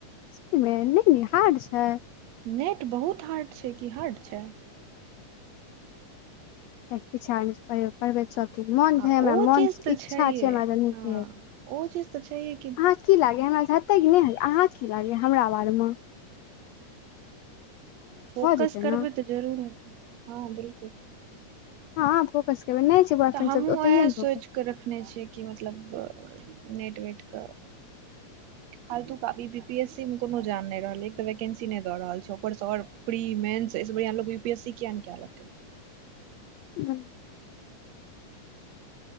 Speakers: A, on the left; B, on the right.
A: सही में नै हार्ड छै।
B: नेट बहुत हार्ड छै कि हार्ड छै
A: <unintelligible> पढ़बै सब ठीक मोन
B: हँ
A: छै हमरा
B: ओ
A: मोन
B: चीज तऽ
A: इच्छा
B: छैहे
A: छै हमरा ज नीके
B: हँ
A: <inaudible>
B: ओ चीज तऽ छैहे कि
A: अहाँकेँ की लागैय हमरा स हेतै की नै अहाँ की लागैए हमरा बारे मऽ
B: फोकस
A: जेतै
B: करबै
A: ने
B: तऽ जरूर हेतै हँ बिलकुल
A: हँ अ फोकस करबै नै छै बॉयफ्रेंड
B: तऽ हमहूँ
A: सब तऽओतहियए
B: उएह
A: न
B: सोचि
A: फोकस
B: कऽ रखने छियै कि मतलब नेट वेट कऽ
A: <inaudible>
B: फालतू कऽ आब बी पी एस सी मे कोनो जान नै रहलै एक तऽ वैकेंसी नै दऽ रहल छै ऊपर से और प्री मेन्स ऐ से बढ़िया लोक यू पी एस सी किया ने जेएलगतै
A: फोकस <inaudible>